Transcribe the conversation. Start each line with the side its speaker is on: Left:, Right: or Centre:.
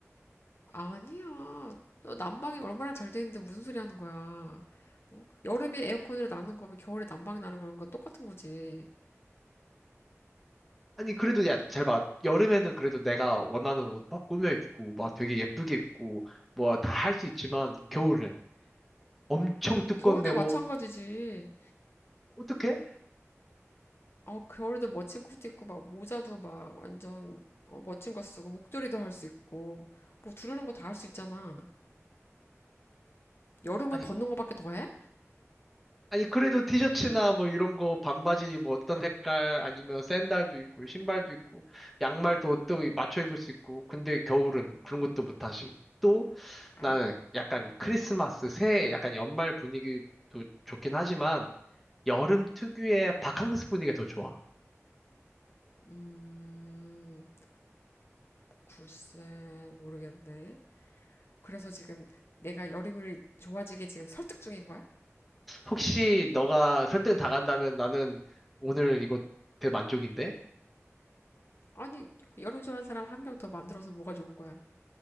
Left: 아니야. 너 난방이 얼마나 잘 되는데 무슨 소리 하는 거야? 어? 여름에 에어컨으로 나는 거면 겨울에 난방이 나는 거랑 똑같은 거지.
Centre: 아니 그래도 야 잘 봐. 여름에는 그래도 내가 원하는 옷 막 꾸며 입고 막 되게 예쁘게 입고 뭐 다 할 수 있지만 겨울은 엄청 두꺼운
Left: 겨울도
Centre: 내복
Left: 마찬가지지.
Centre: 어떡해?
Left: 어, 겨울도 멋진 코트 입고 막 모자도 막 완전 어, 멋진 거 쓰고 목도리도 할 수 있고 뭐 두르는 거 다 할 수 있잖아. 여름은
Centre: 아니
Left: 벗는 거밖에 더 해?
Centre: 아니, 그래도 티셔츠나 뭐 이런 거, 반바지 뭐 어떤 색깔, 아니면 샌들도 있고, 신발도 있고, 양말도 또 맞춰 입을 수 있고, 근데 겨울은 그런 것도 못하지. 또
Left: 아이,
Centre: 나는 약간 크리스마스, 새해 약간 연말 분위기도 좋긴 하지만, 여름 특유의 바캉스 분위기가 더 좋아.
Left: 음, 글쎄 모르겠네. 그래서 지금 내가 여름을 좋아지게 지금 설득 중인 거야?
Centre: 혹시 너가 설득 다 간다면 나는 오늘 이거 대만족인데?
Left: 아니, 여름 좋아하는 사람 한 명 더 만들어서 뭐가 좋은 거야?